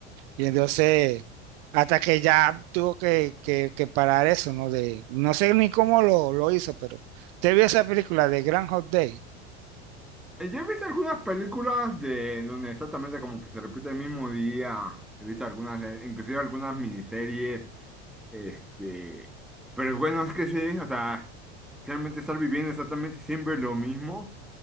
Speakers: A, on the right; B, in the centre.
A: Y entonces, hasta que ya tuvo que, que, que parar eso, ¿no? De, no sé ni cómo lo, lo hizo, pero te vio esa película de Grand Hot Day.
B: Eh, Yo he visto algunas películas de donde exactamente como que se repite el mismo día. He visto algunas, eh, inclusive algunas miniseries, este, pero bueno, es que sí, o sea, realmente estar viviendo exactamente siempre lo mismo,